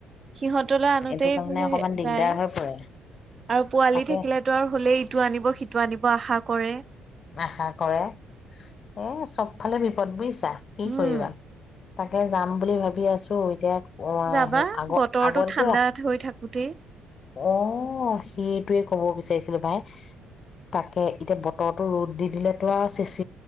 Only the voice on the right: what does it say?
সিহঁত তোলৈ আনোতেই
বোলে
যায়।
আৰু পোৱালি
থাকিলেতো আৰু হ'লেই, ইটো আনিব - সিটো আনিব আশা কৰে।
উম,
যাবা
বতৰটো
ঠাণ্ডা হৈ থাকোতেই